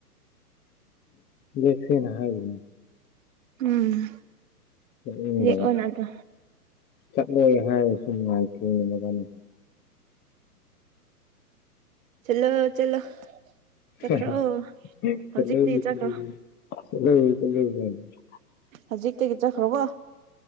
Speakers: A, on the left (about 20°); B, on the right (about 55°).
A: ꯂꯛꯁꯦꯅ ꯍꯥꯏꯔꯤꯅꯦ
B: ꯎꯝ
A: ꯆꯠꯅꯤꯡꯗꯕ
B: ꯂꯦꯛꯑꯣꯅ ꯑꯗꯣ
A: ꯆꯠꯂꯣꯏ ꯍꯥꯏꯔꯁꯨ ꯅꯨꯡꯉꯥꯏ ꯊꯦꯕꯅꯤ
B: ꯆꯠꯂꯣ ꯆꯠꯂꯣ
A: <unintelligible>
B: ꯆꯠꯈ꯭ꯔꯣ ꯍꯧꯖꯤꯛꯇꯤ ꯆꯠꯈ꯭ꯔꯣ ꯍꯧꯖꯤꯛꯇꯒꯤ ꯆꯠꯈ꯭ꯔꯣꯀꯣ